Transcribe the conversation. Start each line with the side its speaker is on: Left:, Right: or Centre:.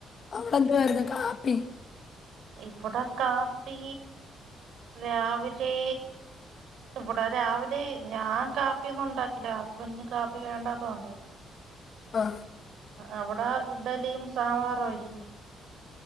Left: അവിടെ എന്തായിരുന്നു കാപ്പി
Right: ഇപ്പട കാപ്പി രാവിലെ ഇവിടെ രാവിലെ ഞാൻ ഇവിടെ രാവിലെ ഞാൻ കാപ്പിയൊന്നും ഉണ്ടാക്കില്ല ഹസ്ബൻറിന് കാപ്പി വേണ്ടാന്ന് പറഞ്ഞ്
Left: ആ
Right: അവിടെ ഇഡലിയും സാമ്പറും ആരുന്നു